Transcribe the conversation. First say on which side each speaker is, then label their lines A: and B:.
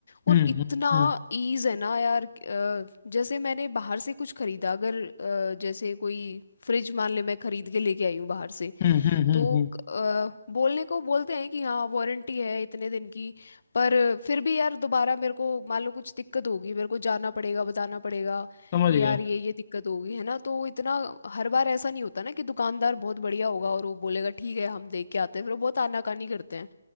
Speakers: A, on the left; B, on the left.
A: हम्म
B: और इतना
A: हम्म
B: ईज है ना यार अ, जैसे मैंने बाहर से कुछ खरीदा अगर अ, जैसे कोई फ्रिज मान ले मैं खरीद के लेके आई हूँ बाहर से
A: हम्म हम्म हम्म हम्म
B: तो
A: हम्म।
B: अ, बोलने को बोलते हैं कि हाँ वारंटी है इतने दिन की पर फिर भी यार दोबारा मेरे को मान लो कुछ दिक्कत होगी मेरे को जाना पड़ेगा बताना पड़ेगा
A: समझ
B: कि
A: गया
B: यार ये ये दिक्कत होगी है ना तो इतना हर बार ऐसा नहीं होता ना कि दुकानदार बहुत बढ़िया होगा और वो बोलेगा ठीक है हम देख के आते हैं फिर वो बहुत आनाकानी करते हैं